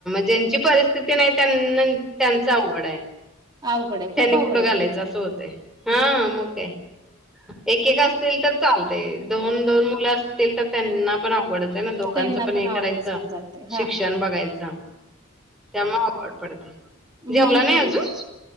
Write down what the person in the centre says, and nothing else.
जची परिस्थिती नाही, त्यां त्यांच आवघड आहे.
त्यांनी
कुठं
घालायचं?
असं होतं, हा मग काय. एक एक असतील तर चालते, दोन दोन मुलं असतील तर त्यांना पण अव अवघडच आहे ना दोघांचं
पण हे
करायचं
शिक्षण बघायचं. त्यामुळे आवघड पडतय,
जेवला नाय अजून.